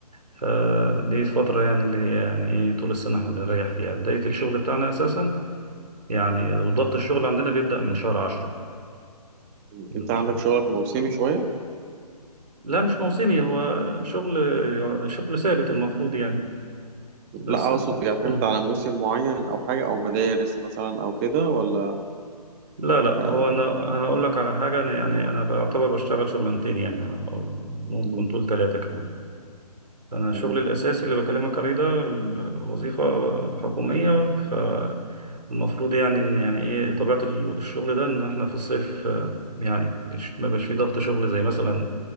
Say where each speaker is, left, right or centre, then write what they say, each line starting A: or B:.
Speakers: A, on the right; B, on the right.
A: فدي فترة يعني اللي هي يعني ايه طول السنة احنا بنريح فيها بداية الشغل بتاعنا اساسا يعني ضغط الشغل عندنا بيبدأ من شهر عشرة
B: م-
A: من
B: أنت عندك
A: شهر.
B: شغلك موسمي شوية
A: لا مش موسمي هو شغل شغل ثابت المفروض يعني بس
B: لا اقصد بيعتمد
A: مم.
B: على موسم معين او حاجه او مدارس مثلا او كده ولا
A: لا لا
B: آه.
A: هو انا انا اقول لك على حاجة انا يعني انا بعتبر بشتغل شغلانتين يعني أو ممكن
B: مم،
A: طول ثلاثة كمان فأنا شغلي
B: تمام
A: الأساسي اللي بكلمك عليه ده ال- وظيفة حكومية فالمفروض يعني إن يعني إيه طبيعة ال- الشغل ده إن إحنا في الصيف آه، يعني مش- ما بقاش فيه ضغط شغل زي مثلا